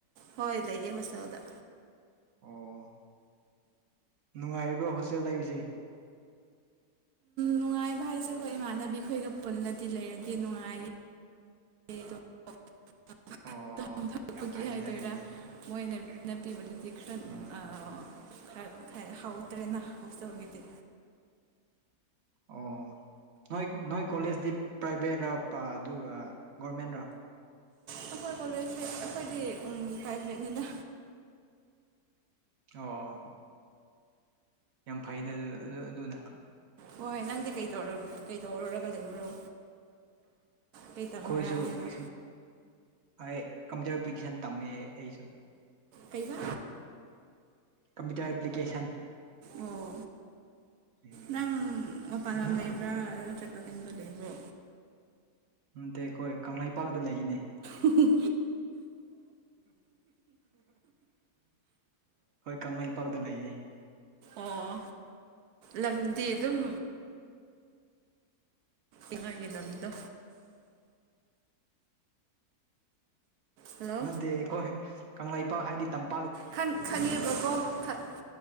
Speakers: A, on the right (about 80°); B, on the right (about 60°).
A: ꯍꯣꯏ ꯂꯩꯌꯦ ꯍꯣꯁꯇꯦꯜꯗ꯫
B: ꯑꯣ꯫ ꯅꯨꯡꯉꯥꯏꯔꯤꯕ꯭ꯔꯥ ꯍꯣꯁꯇꯦꯜ ꯂꯩꯕꯁꯦ
A: ꯅꯨꯡꯉꯥꯏꯕ ꯍꯥꯏꯁꯦ ꯍꯣꯏ ꯏꯃꯥꯟꯅꯕꯤꯈꯣꯏꯒ ꯄꯨꯜꯂꯗꯤ ꯂꯩꯔꯗꯤ ꯅꯨꯡꯉꯥꯏ꯫ <unintelligible> ꯑꯗꯣ <unintelligible>
B: ꯑꯣ
A: ꯊꯛꯄꯒꯤ
B: ꯌꯥꯝ ꯐꯩꯗ
A: ꯍꯥꯏꯗꯣꯏꯔꯥ
B: ꯑꯗꯨꯗꯤ
A: ꯃꯣꯏꯅ ꯅꯞꯄꯤꯕ ꯄꯤꯈꯔꯦ
B: ꯎꯝ
A: ꯑ ꯑ ꯈꯔ ꯈꯔ ꯍꯥꯎꯇꯔꯦꯅ ꯍꯣꯁꯇꯦꯜꯒꯤꯗꯤ꯫
B: ꯑꯣ ꯅꯣꯏ ꯅꯣꯏ ꯀꯣꯂꯦꯖꯇꯤ ꯄ꯭ꯔꯥꯏꯚꯦꯠꯔ ꯑꯗꯨꯒ ꯒꯣꯔꯃꯦꯟꯔꯥ
A: ꯑꯩꯈꯣꯏ ꯀꯣꯂꯦꯖꯖꯤ ꯑꯩꯈꯣꯏꯗꯤ ꯄ꯭ꯔꯥꯏꯕꯦꯠꯅꯤꯗ꯫
B: ꯑꯣ ꯌꯥꯝ ꯐꯩꯩꯅ ꯑꯗꯨ ꯑꯗꯨ ꯑꯗꯨꯅ꯫
A: ꯍꯣꯏ ꯅꯪꯗꯤ ꯀꯩ ꯇꯧꯔꯝ ꯀꯩ ꯇꯧꯔꯨꯒ ꯂꯩꯕ꯭ꯔꯣ꯫ ꯀꯩ ꯇꯝꯕ꯭ꯔꯥ
B: ꯑꯩꯈꯣꯏꯖꯨ
A: ꯍꯥꯏꯕ
B: ꯁꯨꯝ ꯑꯩ ꯀꯝꯄ꯭ꯌꯨꯇꯔ ꯄꯤꯛꯁꯟ ꯇꯝꯃꯦ ꯑꯩꯁꯨ꯫
A: ꯀꯩꯕ꯫
B: ꯀꯝꯄꯤꯇꯔ ꯑꯦꯞꯄ꯭ꯂꯀꯦꯟ꯫
A: ꯑꯣ
B: ꯎꯝ
A: ꯅꯪ ꯃꯄꯥꯟ ꯂꯝ ꯂꯩꯕ꯭ꯔꯥ ꯅꯠꯇꯔꯒ ꯌꯨꯗ ꯂꯩꯕ꯭ꯔꯣ꯫
B: ꯅꯠꯇꯦ ꯑꯩꯈꯣꯏ ꯀꯪꯂꯩꯄꯥꯛꯇ ꯂꯩꯅꯦ꯫
A: ꯎ
B: ꯍꯣꯏ ꯀꯪꯂꯩꯄꯥꯛꯗ ꯂꯩꯌꯦ꯫
A: ꯑꯣ ꯂꯝꯗꯤ ꯑꯗꯨꯝ ꯏꯉꯥꯏꯒꯤ ꯂꯝꯗꯣ ꯍꯜꯂꯣ
B: ꯅꯠꯇꯦ ꯑꯩꯈꯣꯏ ꯀꯪꯂꯩꯄꯥꯛ ꯍꯥꯏꯗꯤ ꯇꯠ
A: ꯈꯪ ꯈꯪꯉꯦꯕꯀꯣ ꯈꯪ